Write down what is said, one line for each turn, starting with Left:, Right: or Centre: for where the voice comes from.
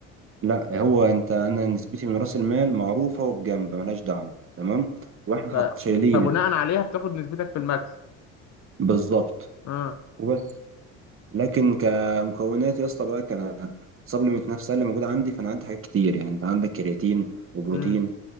Right: لا هو انت انا نسبتي من راس المال معروفة وفي جنب ملهاش دعوة تمام واحنا
Left: ف...
Right: حط شايلين
Left: فبناء عليها بتاخد نسبتك في المكسب
Right: بالظبط
Left: اه
Right: وبس لكن كمكونات يا اسطى بقى ك سبلمنت نفسها اللي موجوده عندي فانا عندي حاجات كتير يعني انت عندك كرياتين وبروتين
Left: امم